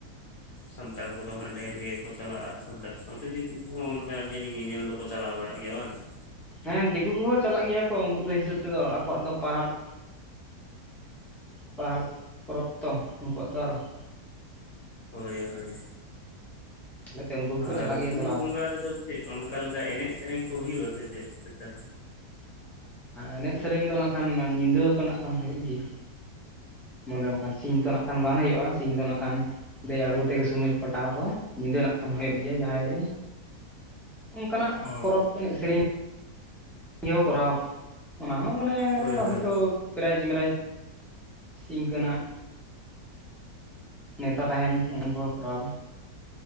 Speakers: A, on the left; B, in the centre.
A: ᱥᱟᱱᱛᱟᱲ ᱠᱚᱫᱚ ᱦᱟᱸᱜ ᱰᱷᱮᱨ ᱜᱮ ᱠᱚ ᱪᱟᱞᱟᱜᱼᱟ ᱥᱟᱱᱛᱟᱲ ᱥᱟᱶᱛᱮ ᱫᱤᱠᱩ ᱠᱚᱦᱚᱸ
B: ᱦᱮᱸ
A: ᱚᱱᱠᱟ ᱡᱟᱹᱱᱤᱡ ᱧᱮᱧᱮᱞ ᱫᱚᱠᱚ ᱪᱟᱞᱟᱣ ᱵᱟᱲᱟᱜ ᱜᱮᱭᱟ ᱵᱟᱝ <inaudible>
B: ᱦᱮᱸ ᱫᱤᱠᱩ ᱠᱚᱦᱚᱸ ᱪᱟᱞᱟᱜ ᱜᱮᱭᱟ ᱠᱚ ᱩᱱᱠᱩ ᱫᱚ ᱦᱤᱥᱟᱹᱵ ᱛᱮᱫᱚ ᱟᱠᱚᱣᱟᱜ ᱫᱚ ᱯᱟᱦᱟᱲ ᱾ ᱯᱟᱦᱟᱲ ᱯᱚᱨᱚᱵᱽ ᱛᱚ ᱱᱠᱩᱣᱟᱜ ᱫᱚ ᱟᱨᱚ ᱾
A: ᱦᱳᱭ ᱦᱳᱭ
B: ᱛᱟᱦᱚᱞᱮ ᱩᱱᱠᱩ ᱦᱚᱸᱠᱚ
A: ᱟᱨ
B: ᱪᱟᱞᱟᱜ ᱜᱮᱭᱟ
A: ᱵᱩᱨᱩ
B: ᱪᱟᱞᱟᱣ
A: ᱵᱚᱸᱜᱟ
B: ᱫᱚ
A: ᱨᱮᱫᱚ ᱪᱮᱫ ᱚᱱᱠᱟ ᱞᱮᱠᱟ ᱮᱱᱮᱡ ᱥᱮᱨᱮᱧ ᱠᱚ ᱦᱩᱭᱩᱜᱼᱟ ᱥᱮ ᱪᱮᱫ ᱞᱮᱠᱟ?
B: ᱮᱱᱮᱡ ᱥᱮᱨᱮᱧ ᱫᱚ ᱱᱟᱜ ᱠᱷᱟᱱ ᱧᱤᱫᱟᱹ ᱠᱚ ᱱᱟᱜ ᱠᱷᱟᱱ ᱦᱩᱭᱩᱜ ᱜᱮᱭᱟ ᱢᱸᱰᱮ ᱵᱟᱝᱠᱷᱟᱱ ᱥᱤᱧ ᱛᱚ ᱱᱟᱜ ᱠᱷᱟᱱ ᱵᱟᱝ ᱦᱩᱭᱩᱜᱼᱟ ᱥᱤᱧ ᱫᱚ ᱱᱟᱜ ᱠᱷᱟᱱ ᱫᱮᱡ ᱟᱬᱜᱚ ᱠᱟᱛᱮᱜᱮ ᱥᱚᱢᱚᱭ ᱯ ᱠᱟᱴᱟᱣ ᱠᱚ ᱧᱤᱫᱟᱹᱱᱟᱜ ᱠᱷᱟᱱ ᱦᱩᱭᱩᱜ ᱜᱮᱭᱟ ᱡᱟᱦᱟᱸᱭ ᱚᱱᱠᱟᱱᱟᱜ
A: ᱚ
B: ᱯᱚᱨᱚᱵᱽ ᱮᱱᱮᱡ ᱥᱮᱨᱮᱧ ᱤᱭᱟᱹᱣ ᱠᱚᱨᱟᱣ ᱚᱱᱟ ᱦᱚᱸ ᱢᱟᱱᱮ
A: ᱦᱳᱭ
B: ᱵᱷᱟᱜᱮ
A: ᱦᱳᱭ
B: ᱛᱚ ᱯᱨᱟᱭᱤᱡᱽ ᱢᱮᱟᱭᱤᱡᱽ ᱤᱱᱠᱟᱹᱱᱟᱜ ᱱᱮᱛᱟ ᱛᱟᱦᱮᱱ ᱩᱱᱠᱩ ᱠᱚᱨᱟᱣ